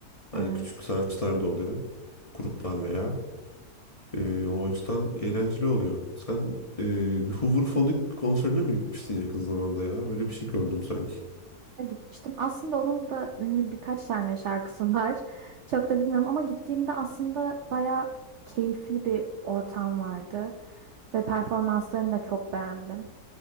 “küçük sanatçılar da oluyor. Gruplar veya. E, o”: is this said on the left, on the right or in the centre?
Left